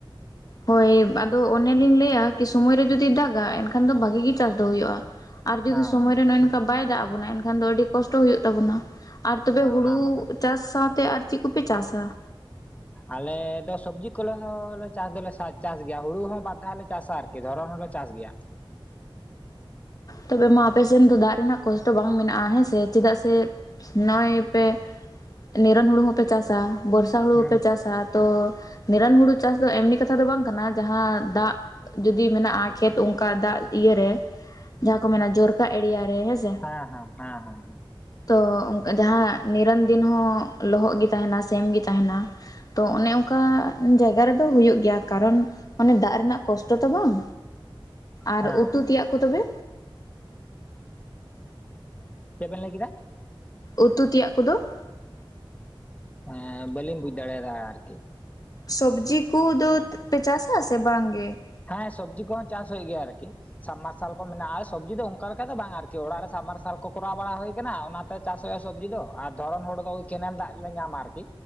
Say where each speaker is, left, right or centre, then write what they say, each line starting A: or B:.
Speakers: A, on the left; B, on the left.
A: ᱦᱳᱭ ᱟᱫᱚ ᱚᱱᱮᱞᱤᱧ ᱞᱟᱹᱭᱟ ᱠᱤ ᱥᱳᱢᱚᱭ ᱨᱮ ᱡᱩᱫᱤ ᱫᱟᱜᱟ ᱮᱱᱠᱷᱟᱱ ᱫᱚ ᱵᱷᱟᱹᱜᱤ ᱜᱤ ᱪᱟᱥ ᱫᱚ ᱦᱩᱭᱩᱜᱼᱟ ᱾ ᱟᱨ ᱡᱩᱫᱤ
B: ᱦᱮᱸ
A: ᱥᱚᱢᱚᱭ ᱨᱮ ᱱᱚᱜᱼᱚᱭ ᱱᱚᱝᱠᱟ ᱵᱟᱭ ᱫᱟᱜ ᱟᱵᱚᱱᱟ ᱮᱱᱠᱷᱟᱱ ᱫᱚ ᱟᱹᱰᱤ ᱠᱚᱥᱴᱚ ᱦᱩᱭᱩᱜ ᱛᱟᱵᱚᱱᱟ᱾ ᱟᱨ ᱛᱚᱵᱮ
B: ᱦᱮᱸ
A: ᱦᱩᱲᱩ
B: ᱚᱱᱟ ᱢᱟ ᱠᱟᱛᱷᱟ
A: ᱪᱟᱥ ᱥᱟᱶᱛᱮ ᱟᱨ ᱪᱤᱫ ᱠᱚᱯᱮ ᱪᱟᱥᱟ? ‌‍‍‍‍
B: ᱟᱞᱮ ᱫᱚ ᱥᱚᱵᱽᱡᱤ ᱠᱚᱞᱚ ᱦᱚᱸ ᱞᱮ ᱪᱟᱥ ᱫᱚᱞᱮ ᱥᱟᱪ ᱪᱟᱥ ᱜᱮᱭᱟ ᱦᱩᱲᱩ ᱦᱚᱸ ᱵᱟᱨ ᱫᱷᱟᱣ ᱞᱮ ᱪᱟᱥᱟ ᱟᱨᱠᱤ ᱫᱷᱚᱨᱚᱱ ᱦᱚᱸᱞᱮ ᱪᱟᱥ ᱜᱮᱭᱟ ᱾
A: ᱛᱚᱵᱮ ᱢᱟ ᱟᱯᱮ ᱥᱮᱱ ᱫᱚ ᱫᱟᱜᱽ ᱨᱮᱱᱟᱜ ᱠᱚᱥᱴᱚ ᱵᱟᱝ ᱢᱮᱱᱟᱜᱼᱟ ᱦᱮᱸᱥᱮ ᱪᱮᱫᱟᱜ ᱥᱮ ᱱᱚᱜᱼᱚᱭ ᱯᱮ ᱱᱤᱨᱚᱱ ᱦᱩᱲᱩ ᱦᱚᱸᱯᱮ ᱪᱟᱥᱟ ᱵᱚᱨᱥᱟ ᱦᱩᱲᱩ
B: ᱦᱩᱸ
A: ᱦᱚᱸᱯᱮ
B: ᱦᱩᱸ
A: ᱪᱟᱥᱟ᱾ ᱛᱚ ᱱᱤᱨᱚᱱ ᱦᱩᱲᱩ ᱪᱟᱥ ᱫᱚ ᱮᱢᱱᱤ ᱠᱟᱛᱷᱟ ᱫᱚ ᱵᱟᱝ ᱠᱟᱱᱟ ᱡᱟᱦᱟᱸ ᱫᱟᱜ ᱡᱩᱫᱤ ᱢᱮᱱᱟᱜᱼᱟ ᱠᱷᱮᱛ ᱚᱱᱠᱟ ᱫᱟᱜᱽ ᱤᱭᱟᱹ ᱨᱮ ᱾ ᱡᱟᱦᱟᱸ ᱠᱚ ᱢᱮᱱᱟ ᱡᱚᱨᱠᱟ ᱮᱲᱤᱭᱟ ᱨᱮ ᱦᱮᱸᱥᱮ᱾
B: ᱦᱮᱸ ᱦᱮᱸ ᱦᱮᱸ ᱦᱮᱸ ᱾
A: ᱛᱚ ᱡᱟᱦᱟᱸ ᱱᱤᱨᱟᱹᱱ ᱫᱤᱱ ᱦᱚᱸ ᱞᱚᱦᱚᱫ ᱜᱮ ᱛᱟᱦᱮᱱᱟ ᱥᱮᱢ ᱜᱤ ᱛᱟᱦᱮᱱᱟ ᱾ ᱛᱚ ᱚᱱᱮ ᱚᱱᱠᱟ ᱡᱟᱭ ᱜᱟ ᱨᱮᱫᱚ ᱦᱩᱭᱩᱜ ᱜᱮᱭᱟ ᱠᱟᱨᱚᱱ ᱚᱱᱮ ᱫᱟᱜᱽ ᱨᱮᱱᱟᱜ ᱠᱚᱥᱴᱚ ᱛᱚ ᱵᱟᱝ ᱟᱨ
B: ᱦᱮᱸ
A: ᱩᱛᱩ
B: ᱦᱮᱸ
A: ᱛᱮᱭᱟᱜ ᱠᱩ ᱛᱚᱵᱮ
B: ᱪᱮᱜ ᱵᱮᱱ ᱞᱟᱹᱭ ᱠᱮᱫᱟ ᱾
A: ᱩᱛᱩ ᱛᱤᱭᱟᱜ ᱠᱚᱫᱚ ᱾
B: ᱮᱸ ᱵᱟᱹᱞᱤᱧ ᱵᱩᱡ ᱫᱟᱲᱮᱭᱟᱫᱟ ᱟᱨᱠᱤ ᱾
A: ᱥᱚᱵᱽᱡᱤ ᱠᱩ ᱫᱚ ᱯᱮ ᱪᱟᱥᱟ ᱥᱮ ᱵᱟᱝ ᱜᱮ ᱾
B: ᱦᱮᱸ ᱥᱚᱵᱽᱡᱤ ᱠᱚᱦᱚᱸ ᱪᱟᱥ ᱦᱩᱭᱩᱜ ᱜᱮᱭᱟ ᱟᱨᱠᱤ ᱾ ᱥᱟᱢᱽᱢᱟᱨᱥᱟᱞ ᱠᱚ ᱢᱮᱱᱟᱜᱼᱟ ᱟᱨ ᱥᱚᱵᱽᱡᱤ ᱫᱚ ᱚᱱᱠᱟ ᱞᱮᱠᱟ ᱫᱚ ᱵᱟᱝ-ᱟ ᱟᱨᱠᱤ ᱚᱲᱟᱜ ᱨᱮ ᱥᱟᱢ ᱢᱟᱨᱥᱟᱞ ᱠᱚ ᱠᱚᱨᱟᱣ ᱵᱟᱲᱟ ᱦᱩᱭ ᱟᱠᱟᱱᱟ ᱚᱱᱟ ᱪᱟᱥ ᱦᱩᱭᱩᱜᱼᱟ ᱥᱚᱵᱽᱡᱤ ᱫᱚ ᱟᱨ ᱫᱷᱚᱨᱚᱱ ᱦᱚᱲ ᱫᱚ ᱠᱮᱱᱮᱞ ᱫᱟᱜ ᱞᱮ ᱧᱟᱢᱟ ᱟᱨᱠᱤ᱾